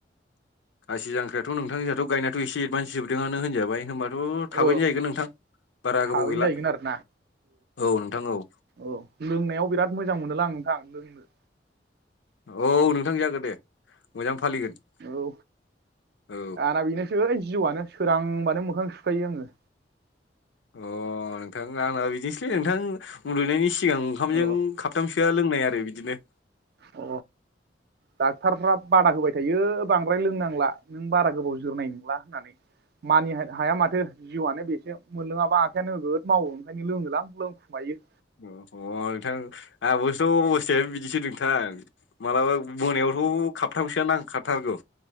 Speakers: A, on the left; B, on the right.
A: गासि जांख्राथ' नोंथां जाहाथ' गायनायाथ' एदभान्स जोबदोंआनो होनजाबाय होनबा थ थाबैनो
B: औ
A: जाहैगोन नोंथां बारा
B: थाबैनो
A: गोबाव गैला
B: जाहैगोन आरोना
A: औ नोंथां औ
B: औ लोंनायाव बिराद मोजां मोनोलां नोंथां लोंनो
A: औ नोंथां जागोन दे मोजां फालिगोन
B: औ
A: औ
B: आना बेनोसै जिवानो सोरांबानो मोखां सुखायो आङो
A: अ नोंथां आंना बिदिनोसैलै नोंथां उन्दुनायनि सिगां ओंखामजों
B: औ
A: काप थामसोआ लोंनाय आरो बिदिनो
B: अ डाक्टारफ्रा बादा होबाय थायो बांद्राय लोंनांला नों बारा गोबाव जोरनाय नोंला होननानै मानि हा हाया माथो जिउआनो बेसो मोनलोङाबा आखाइया नोगोद मावो ओंखायनो लोङोलां लोंखुमायो
A: अह नोंथां आहाबोस' अबस्थायानो बिदिसो नों मालाबा मोनायावथ' खाबथामसोआ नांखाथारगौ